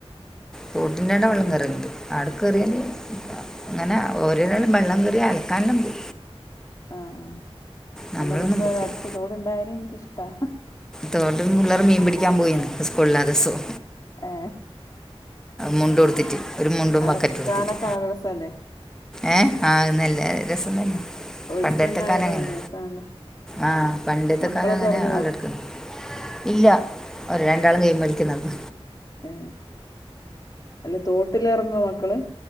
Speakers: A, in the centre; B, on the left.
A: തോട്ടിന്റടെ വെള്ളം കേറല്ണ്ട് ആട കേറിയാല് ങ്ങനെ ഓരെരാളും വെള്ളം കേറിയ അൽക്കാനൻല്ലാ
B: ആഹ്
A: നമ്മളൊന്നും
B: ആല്ല രസാലെ
A: പോക്കില്ല
B: അട്ത്ത് തോടുണ്ടായാല് ൻക്കിഷ്ടാ ഹ്
A: തോട്ട് പിള്ളേർ മീൻ പിടിക്കാൻ പോയിന്ന് സ്കൂൾല്ലാത ദിസം
B: ഏ
A: മുണ്ടുത്തിട്ട് ഒരു മുണ്ടും
B: അലക്കാനൊക്കെ
A: ബക്കറ്റുടുത്തിട്ട്
B: നല്ല രസല്ലേ
A: ഏഹ ആഹനല്ല രസം തന്നെ
B: ഒഴുക്കുണ്ടായാല്
A: പണ്ടത്തെ കാല അങ്ങനെ
B: നല്ല രസാണല്ലോ
A: ആഹ പണ്ടത്തെ
B: മക്കളൊക്കെ
A: കാല അങ്ങനെ
B: ഒറങ്ങോ
A: ആളട്ക്ക ഇല്ല ഒര് രണ്ടാളും ഗെയിം കളിക്ക്ന്നതാ
B: ഏ അല്ല തോട്ട്ലെർങ്ങോ മക്കള്